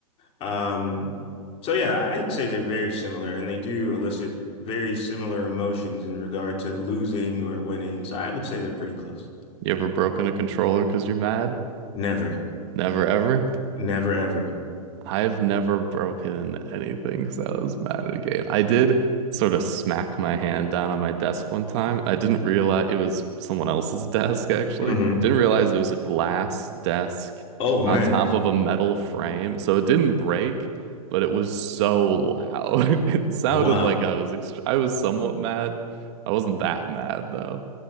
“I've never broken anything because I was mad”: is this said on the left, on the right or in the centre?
Right